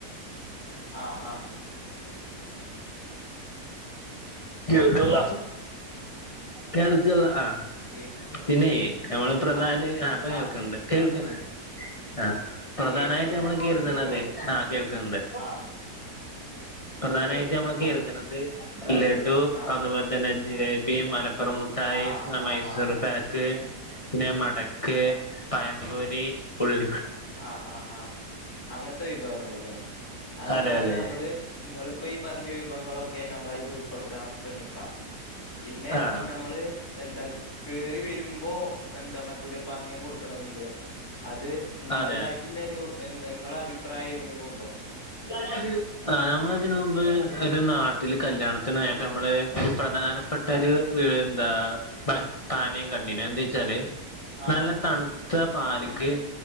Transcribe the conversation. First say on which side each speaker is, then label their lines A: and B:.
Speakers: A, on the left; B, on the left.
A: ആഹ് ആഹ്.
B: കേൾക്കൺല്ല
A: ആഹ്
B: കേൾക്കല്ലഹ്.
A: കേക്ക്
B: പിന്നെയ് നമ്മള് പ്രധാന
A: ആഹ്
B: ആ പ്പ കേൾക്കൺണ്ട്
A: ആഹ്
B: കേൾക്ക്ണ്. ആഹ് പ്രധാനായിട്ട്
A: ഇപ്പൊ കേൾക്കണില്ലേ
B: നമ്മള് കെര്ത്ണത് ആഹ് കേൾക്കൺണ്ട്.
A: ആഹ്
B: പ്രധാനായിട്ട്
A: പറയൂ
B: നമ്മള് കെര്ത്ണത് ലഡു
A: ആഹ്
B: അതുപോൽ തന്നെ ജിലേബിയും മലപ്പുറം മു ട്ടായി
A: ആഹ്
B: സ
A: ആഹ്
B: മൈസൂറ്
A: ആഹ്
B: പാ ക്ക് പിന്നെ മടക്ക്
A: ആഹ്
B: പയംപൊരി ഉഴു
A: ആഹ് ആഹ് ആഹ് അങ്ങൻത്തെ വിഭവങ്ങള് ലേ അതെന്തായാലും
B: അതെ അതെ
A: നമ്മള്. ഇങ്ങള്പ്പ ഈ പറഞ്ഞ വിഭവങ്ങളൊ ക്കെ നമ്മളയില് ഉൾപ്പെടുത്താൻ ശ്രമിക്കാം പിന്നെ
B: ആഹ്
A: നമ്മള്. എന്ത കേറി വരുമ്പോ എന്താ മധുരപാനീയം കൊടുക്കണത്ണ്ട് അത്. നിങ്ങൾതായിട്ടുല്ലരു
B: അതെ
A: എന്താ ങ്ങള അഭിപ്രായ ഏതെങ്കിലുണ്ടോ.
B: <unintelligible> ആഹ് ഞ്ഞമ്മളിതിനു മുമ്പ് ഒരു നാട്ടില് കല്യാണത്തിന് പോയപ്പൊ നമ്മള് ഒരു പ്രധാന പട്ടൊരു എന്താ പ പാനീയം കണ്ടിന് എന്തേച്ചാല്.
A: ആഹ്
B: നല്ല തണുത്ത പാല്ക്ക്